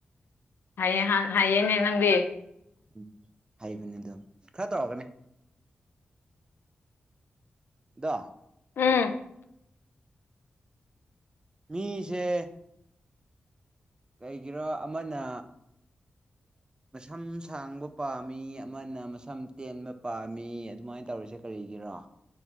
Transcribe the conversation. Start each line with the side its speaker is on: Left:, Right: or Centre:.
Left: ꯍꯥꯏꯌꯦ ꯍꯥꯏꯌꯦꯅꯦ ꯅꯪꯗꯤ
Right: ꯎꯝ ꯍꯥꯏꯕꯅꯦ ꯑꯗꯨꯗꯣ ꯈꯔ ꯇꯧꯔꯒꯅꯦ ꯗꯣ
Left: ꯎꯝ
Right: ꯃꯤꯁꯦ ꯀꯩꯒꯤꯔ ꯑꯃꯅ ꯃꯁꯝ ꯁꯥꯡꯕ ꯄꯥꯝꯃꯤ ꯑꯃꯅ ꯃꯁꯝ ꯇꯦꯟꯕ ꯄꯥꯝꯃꯤ ꯑꯗꯨꯃꯥꯏꯅ ꯇꯧꯔꯤꯁꯦ ꯀꯔꯤ ꯂꯩꯒꯔ